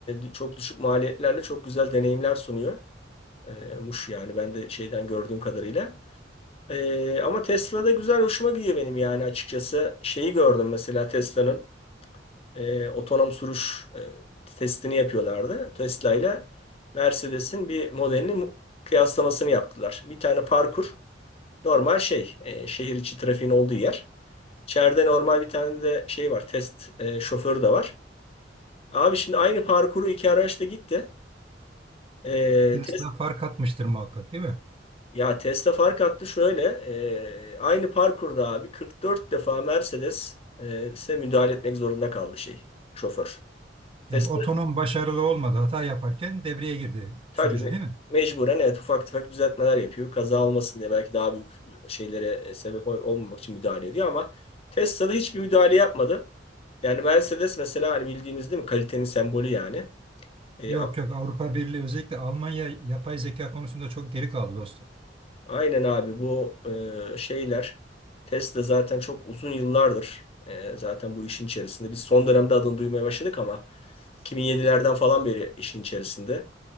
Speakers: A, on the left; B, on the right.
A: e, çok düşük maliyetlerle çok güzel deneyimler sunuyor. E, Muş yani ben de şeyden gördüğüm kadarıyla. E, ama Tesla'da güzel hoşuma gidiyor benim yani açıkçası. Şeyi gördüm mesela Tesla'nın e, otonom sürüş e, testini yapıyorlardı. Tesla ile Mercedes'in bir modelini mu- kıyaslamasını yaptılar. Bir tane parkur normal şey e, şehir içi trafiğin olduğu yer. İçeride normal bir tane de şey var test e, şoförü de var. Abi şimdi aynı parkuru iki araçla gitti. Ee,
B: Tesla
A: test,
B: fark atmıştır muhakkak değil mi?
A: ya Tesla fark attı şöyle. ee, aynı parkurda abi 44 defa Mercedes e, size müdahale etmek zorunda kaldı şey şoför. Tesla
B: Yani otonom başarılı olmadı. Hata yaparken devreye girdi
A: tabii
B: sürücü
A: me-
B: değil mi?
A: mecburen evet ufak tefek düzeltmeler yapıyor. Kaza olmasın diye belki daha büyük şeylere e, sebep ol- olmamak için müdahale ediyor ama Tesla Tesla'da hiçbir müdahale yapmadı. Yani Mercedes mesela hani bildiğimiz değil mi kalitenin sembolü yani. E,
B: Yok yok Avrupa Birliği özellikle Almanya yapay zeka konusunda çok geri kaldı dostum.
A: Aynen abi bu e, şeyler Tesla zaten çok uzun yıllardır e, zaten bu işin içerisinde. Biz son dönemde adını duymaya başladık ama iki bin yedilerden falan beri işin içerisinde.